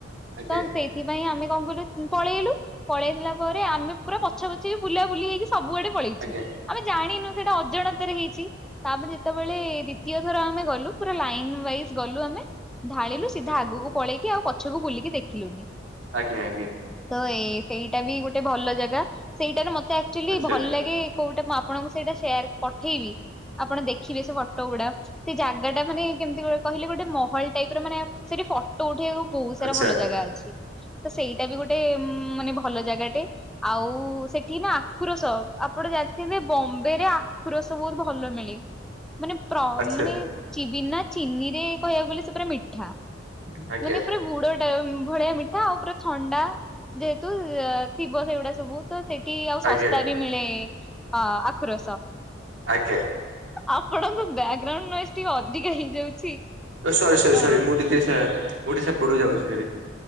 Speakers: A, on the right (about 80°); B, in the centre.
A: ଆଜ୍ଞା
B: ତ ସେଥିପାଇଁ ଆମେ କଣ କଲୁ ପଳେଇଲୁ, ପଳେଇଗଲା ପରେ ଆମେ ପୁରା ପଛା ପଛି ବୁଲା ବୁଲି ହେଇକି ସବୁଆଡେ ପଳେଇଛୁ।
A: ଆଜ୍ଞା
B: ଆମେ ଜାଣିନୁ
A: ଆଜ୍ଞା।
B: ସେଟା ଅଜାଣତାରେ ହେଇଛି, ତାପରେ ଯେତେବେଳେ ଦ୍ୱଵିତୀୟ ଥର ଆମେ ଗଲୁ ପୁରା ଲାଇନ୍ ୱାଇସ ଗଲୁ ଆମେ ଢାଳିଲୁ ସିଧା
A: ଆଜ୍ଞା
B: ଆଗକୁ ପଳେଇକି ଆଉ ପଛକୁ ବୁଲିକି ଦେଖିଲୁନି।
A: ଆଜ୍ଞା ଆଜ୍ଞା।
B: ତ ଏ ସେଇଟା ବି ଗୋଟେ ଭଲ ଜାଗା ସେଇଟାରେ ମତେ ଆକଚୁଆଲି
A: ଆଚ୍ଛା
B: ଭଲ ଲାଗେ କୋଉଟା ମୁଁ ଆପଣଙ୍କୁ ସେଇଟା ସେୟାର ପଠେଇବି ଆପଣ ଦେଖିବେ ସେ ଫଟୋ ଗୁଡା। ସେ ଜାଗାଟା ମାନେ କେମିତି କହିଲେ ଗୋଟେ ମହଲ ଟାଇପର ମାନେ ସେଠି ଫଟୋ ଉଠେଇବାକୁ ବହୁତ
A: ଆଚ୍ଛା
B: ସାରା ଭଲ ଜାଗା ଅଛି, ତ ସେଇଟା ବି ଗୋଟେ ମାନେ ଭଲ ଭଲ ଜାଗାଟେ ଆଉ ସେଠି ନା ଆଖୁ ରସ ଆପଟେ ଜାଣିଥିବେ ବମ୍ବେରେ ଆଖୁ ରସ ବହୁତ ଭଲ ମିଳେ ମାନେ
A: ଆଚ୍ଛା
B: ମାନେ ଚିବି ବିନା ଚିନି ରେ କହିବାକୁ ଗଲେ ସେ ପୁରା ମିଠା।
A: ଆଜ୍ଞା
B: ମାନେ ପୁରା ଗୁଡଟା ଭଳିଆ ମିଠା ଆଉ ପୁରା ଥଣ୍ଡା। ଯେହେତୁ ଥିବ ସେଗୁଡା ସବୁ ତ ସେଠି ଆଉ
A: ଆଜ୍ଞା
B: ଶସ୍ତା ବି ମିଳେ। ହଁ ଆଖୁ ରସ।
A: ଆଜ୍ଞା,
B: ଆପଣଙ୍କ ବ୍ୟାକଗ୍ରାଉଣ୍ଡ ନଏଜ ଟିକେ ଅଧିକା ହେଇଯାଉଛି।
A: ସରି ସରି
B: ଅ
A: ସରି, ମୁଁ ଟିକେ ସେ ମୁଁ ଟିକେ ସେପଟୁ ଯାଉଛି ଭାରି।